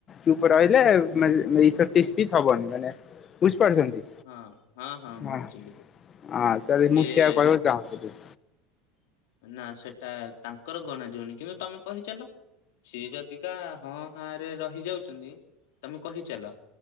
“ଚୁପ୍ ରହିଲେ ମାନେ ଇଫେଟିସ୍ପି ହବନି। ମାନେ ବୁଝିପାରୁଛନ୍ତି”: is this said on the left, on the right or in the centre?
Left